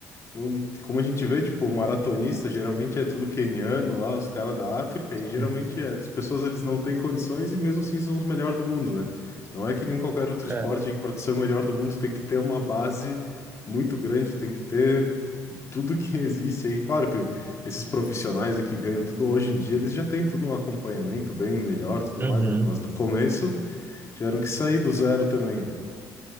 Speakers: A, on the left; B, on the right.
A: não- como a gente vê, tipo, maratonista, geralmente é tudo queniano lá, os caras da África, e geralmente
B: sim.
A: é, as pessoas eles não têm condições e mesmo assim são os melhores do mundo, né? Não é que nem qualquer outro esporte
B: É,
A: que para ser o melhor do mundo tem que ter uma base muito grande, tem que ter tudo que <laughs> existe aí. Claro que esses profissionais aí que ganham tudo hoje em dia, eles já têm tudo um acompanhamento bem melhor, tudo
B: uhum.
A: mais, né? Mas no começo tiveram que sair do zero também, né?